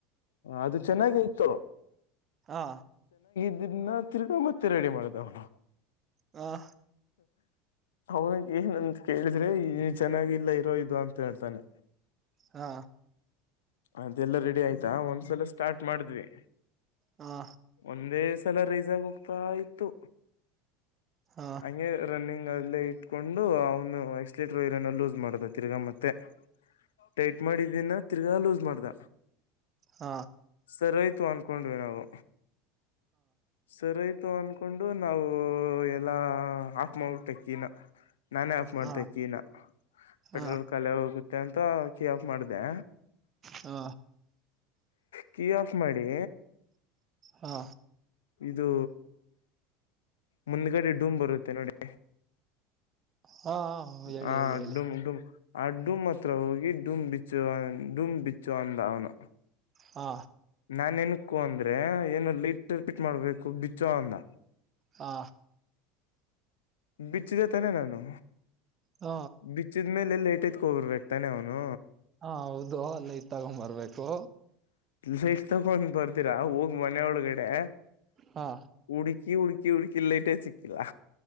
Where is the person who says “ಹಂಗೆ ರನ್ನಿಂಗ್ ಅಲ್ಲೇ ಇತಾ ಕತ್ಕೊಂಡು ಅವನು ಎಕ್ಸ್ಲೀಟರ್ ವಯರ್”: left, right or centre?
Left